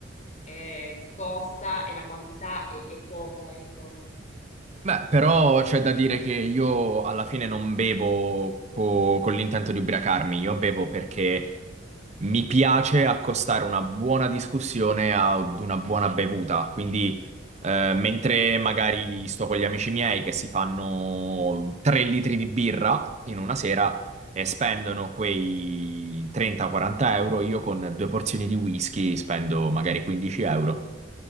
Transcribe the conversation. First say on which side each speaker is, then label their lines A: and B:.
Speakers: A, on the left; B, on the right.
A: eh, ti costa e la quantità è, è poca, ecco.
B: Beh, però c'è da dire che io alla fine non bevo co- con l'intento di ubriacarmi, io bevo
A: Mm.
B: perché mi piace accostare una buona discussione ad una buona bevuta. Quindi, eh, mentre magari sto con gli amici miei che si fanno 3 litri di birra in una sera e spendono quei 30-40 euro, io con due porzioni di whisky spendo magari 15 euro